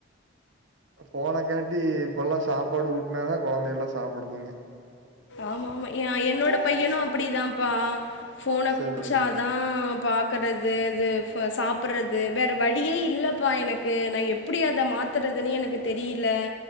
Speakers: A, on the right (about 65°); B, on the left (about 65°).
A: போன காட்டி இப்ப எல்லாம் சாப்பாடு ஊட்டுனாதா கெழந்தை எல்லா சாப்பிடுதுங்க
B: ஆமா ஆமா என்னோட பையனு அப்படிதாம்ப்பா போனை
A: சரிங்க.
B: காமுச்ச தா பாக்கறிது இது சாப்பிடறது வேற வழியே இல்லப்பா எனக்கு நா எப் டி அத மாத்துறதுன்னு எனக்கு தெரியல